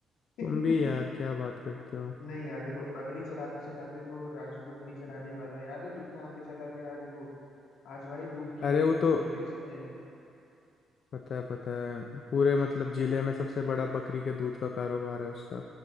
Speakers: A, on the left (about 75°); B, on the left (about 55°).
A: <laughs>
B: तुम भी यार क्या बात करते हो
A: नहीं यार देखो बकरी चलाते चलाते तो राजू बकरी चलाने वाला याद है कितना आगे चला गया आज वो आज भाई दूध की
B: अरे
A: फैक्ट्री
B: वो तो
A: खोल ली उसने
B: पता है पता है पूरे मतलब जिले में सबसे बड़ा बकरी के दूध का कारोबार है उसका